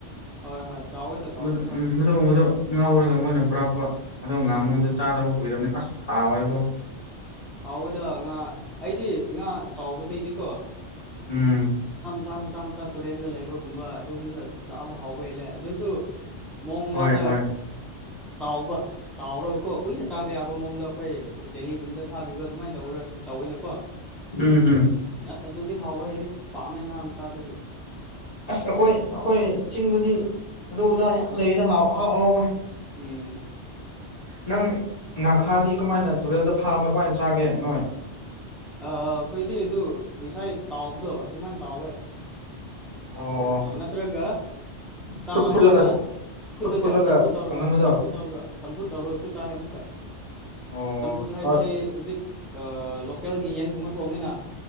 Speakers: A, in the centre; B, on the left.
A: ꯍꯣꯏ ꯍꯣꯏ ꯆꯥꯎꯋꯦꯗ ꯆꯥꯎꯕꯗꯤ
B: ꯎꯝ
A: ꯈꯔ
B: ꯃꯗꯨꯒꯨꯝꯕꯗꯣ ꯉꯥꯎꯔ ꯑꯗꯨꯒ ꯃꯣꯏꯅ ꯄꯨꯔꯛꯄ ꯑꯗꯨꯒ
A: ꯎꯝ
B: ꯉꯥꯃꯨꯗꯨꯣ ꯆꯥꯗꯕ ꯀꯨꯏꯔꯕꯅꯤ ꯑꯁ ꯍꯥꯎꯋꯦꯕꯣ
A: ꯍꯥꯎꯋꯦꯗ ꯉꯥ ꯑꯩꯗꯤ ꯉꯥ ꯆꯥꯎꯕꯗꯩꯗꯤꯀꯣ
B: ꯎꯝ
A: ꯆꯥꯝ ꯆꯥꯝ ꯆꯥ ꯇꯨꯔꯦꯟꯗ ꯂꯩꯕꯒꯨꯝꯕ ꯑꯗꯨꯒꯨꯝꯅ ꯆꯥꯕ ꯍꯥꯎꯕ ꯍꯦꯜꯂꯦ ꯑꯗꯨꯁꯨ ꯃꯣꯡꯃꯗ
B: ꯍꯣꯏ ꯍꯣꯏ
A: ꯇꯥꯎꯕ ꯇꯥꯎꯔꯕꯀꯣ ꯀꯨꯏꯅ ꯆꯥꯕ ꯌꯥꯕ ꯃꯑꯣꯡꯗ ꯑꯩꯈꯣꯏ ꯗꯦꯜꯂꯤꯒꯨꯝꯕꯗ ꯊꯥꯕꯤꯕ ꯑꯗꯨꯃꯥꯏꯅ ꯇꯧꯔ ꯇꯧꯋꯏꯅꯀꯣ
B: ꯎꯝ ꯎꯝ
A: ꯑꯁ ꯑꯗꯨꯗꯤ ꯍꯥꯎꯋꯦ ꯑꯩꯗꯤ ꯄꯥꯝꯃꯦ ꯉꯥ ꯃꯆꯥꯗꯨꯒꯤ
B: ꯑꯁ ꯑꯩꯈꯣꯏ ꯑꯩꯈꯣꯏ ꯆꯤꯡꯗꯗꯤ ꯑꯗꯨꯗꯥ ꯌꯥꯝ ꯂꯩꯌꯦꯗꯍꯥꯎ ꯑꯍꯥꯎ ꯑꯍꯥꯎꯕ
A: ꯎꯝ
B: ꯅꯪ ꯉꯥꯈꯥꯗꯤ ꯀꯃꯥꯏꯅ ꯇꯨꯔꯦꯜꯗ ꯐꯥꯕꯗ ꯀꯃꯥꯏꯅ ꯆꯥꯒꯦ ꯅꯣꯏ
A: ꯑꯩꯈꯣꯏꯗꯤ ꯑꯗꯨ ꯉꯁꯥꯏ ꯇꯥꯎꯕꯗꯣ ꯑꯗꯨꯃꯥꯏꯅ ꯇꯥꯎꯋꯦ
B: ꯑꯣ
A: ꯇꯥꯎꯔꯒ ꯅꯠꯇ꯭ꯔꯒ ꯁꯊꯂꯃꯅ
B: ꯐꯨꯠ ꯐꯨꯠꯂꯒ
A: ꯐꯨꯠꯂꯒ
B: ꯐꯨꯠ
A: ꯆꯝꯐꯨ ꯇꯧꯔꯒ
B: ꯀꯪꯍꯟꯕꯗꯣ
A: ꯆꯝꯐꯨ ꯇꯧꯔꯒ ꯆꯝꯐꯨ ꯇꯧꯔꯒꯁꯨ ꯆꯥꯏ ꯑꯃꯨꯛꯀꯛ
B: ꯑꯣ
A: ꯆꯝꯐꯨꯠ ꯍꯥꯏꯕꯁꯤ
B: ꯍꯣꯏ
A: ꯍꯧꯖꯤꯛ ꯂꯣꯀꯦꯜꯒꯤ ꯌꯦꯟꯒꯨꯝꯕ ꯊꯣꯡꯅꯤꯅ